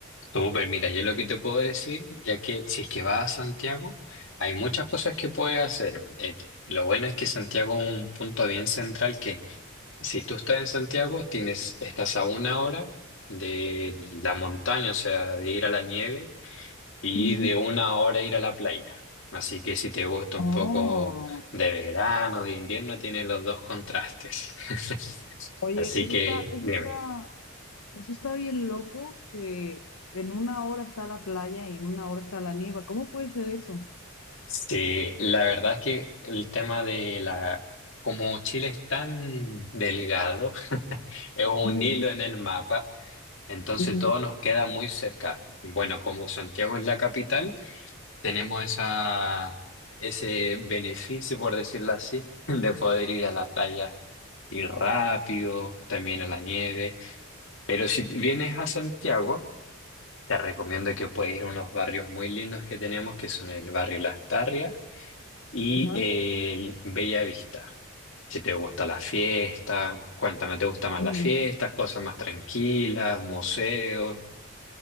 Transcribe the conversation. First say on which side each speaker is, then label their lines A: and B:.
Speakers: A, on the left; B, on the left.
A: súper, mira, yo lo que te puedo decir, ya que si es que vas a Santiago, hay muchas cosas que puedes hacer. Eh, lo bueno es que Santiago es un punto bien central que si tú estás en Santiago, tienes, estás a una hora de la montaña, o sea, de ir a la nieve y
B: Ujú.
A: de una hora ir a la playa. Así que si te gusta un
B: Oh,
A: poco de verano, de invierno, tiene los dos contrastes. <laughs>
B: oye,
A: Así
B: eso
A: que
B: está, eso
A: dime.
B: está, eso está bien loco que en una hora está la playa y en una hora está la nieva. ¿Cómo puede ser eso?
A: Sí, la verdad es que el tema de la... Como Chile es tan delgado, <laughs> es un
B: Ujú,
A: hilo en el mapa, entonces
B: ujú,
A: todo nos queda muy cerca. Bueno, como Santiago es la capital, tenemos esa, ese beneficio, por decirlo así, <laughs> de poder ir a la playa y rápido, también a la nieve. Pero si vienes a Santiago, te recomiendo que puedes ir a unos barrios muy lindos que tenemos, que son el barrio Las Tarrias y
B: ajá.
A: el Bella Vista. Si te gusta la fiesta, cuéntame, ¿te gusta más
B: ujú.
A: las fiestas, cosas más tranquilas, museos?